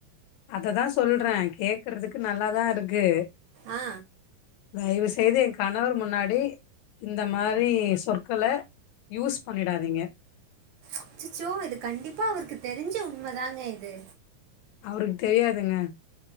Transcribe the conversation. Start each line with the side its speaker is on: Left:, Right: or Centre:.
Left: அதுதா. சொல்ற கேட்குறதுக்கு நல்லாதா இருக்கு.
Right: ஆ
Left: தயவுசெய்து என் கணவர் முன்னாடி. மாரி இந்த மாரி. இந்த மாரி சொற்கள யூஸ் பண்ணிடாதீங்க.
Right: அச்சச்சோ இது கண்டிப்பா அவருக்கு தெரிஞ்சு உண்மதாங்க இது.
Left: அவருக்கு தெரியாதுங்க.